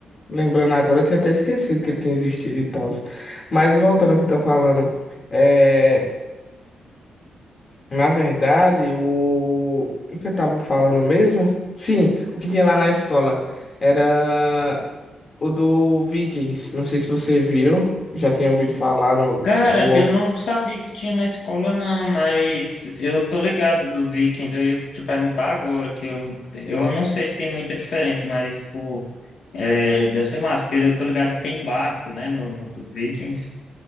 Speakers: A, on the left (about 30°); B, on the left (about 55°).
A: Lembrando agora, eu tinha até esquecido que ele tinha existido e tal. Mas voltando ao que eu tô falando. é, Na verdade, o... o que eu tava falando mesmo? Sim, o que tinha lá na escola era o do Vikings. Não sei se você viu, já tinha ouvido falar no. no-
B: Cara, eu não sabia que tinha na escola, não, mas eu tô ligado do Vikings. Eu ia te perguntar agora, que eu, eu não sei se tem muita diferença, mas, pô, é, deve ser massa, porque eu tô ligado que tem barco, né, no, no do Vikings.